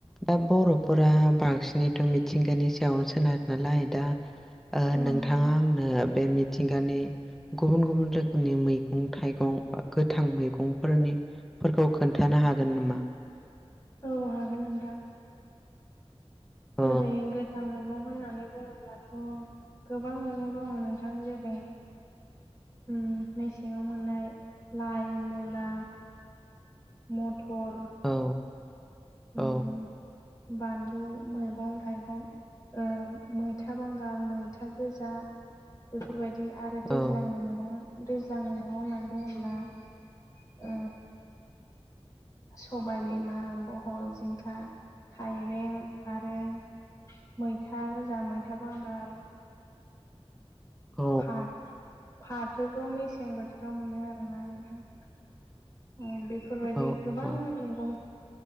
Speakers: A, in the centre; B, on the left.
A: दा बर'फोरा बांसिनैथ' मिथिंगानि सायाव सोनारो नालाय दा ओ
B: औ
A: नोंथाङा
B: नोंथां
A: आंनो बेनि मिथिंगानि गुबुन गुबुन रोखोमनि मैगं थाइगं गोथां मैगंफोरनि फोरखौ खोन्थानो हागोन नामा?
B: औ हागोन नोंथां
A: औ
B: ओरै गोथां मैगं होननानै बुङोब्लाथ' गोबां मैगं दङ' नोंथां जेरै उम मेसेङाव मोननाय लाइ मुला मटर
A: औ औ
B: उम बानलु मैगं थाइगं ओ मैथा बांगाल मैथा गोजा बेफोरबायदि आरो दैज्लांनि
A: औ
B: मैगं दैज्लांनि मैगं होननानै बुङोब्ला ओ सबाय बिमा बहल जिंखा थाइबें आरो मैथा गोजा मैथा बांगाल
A: औ
B: फाथ फाथोखौ मेसें बोथोराव मोनो आरोना नोंथां उम बेफोरबायदि
A: औ
B: गोबां
A: औ
B: मैगं